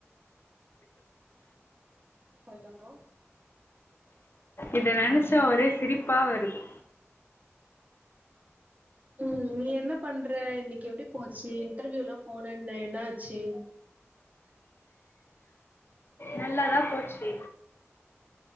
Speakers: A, on the right; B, on the left.
A: ஹலோ
B: இத நெனைச்சா ஒரே சிரிப்பா வருது
A: உம் நீ என்ன பண்ற இன்னைக்கி எப்டி போச்சு இன்டர்வியூ எல்லாம் போனேன்ன என்னாச்சு
B: நல்லாதா போச்சு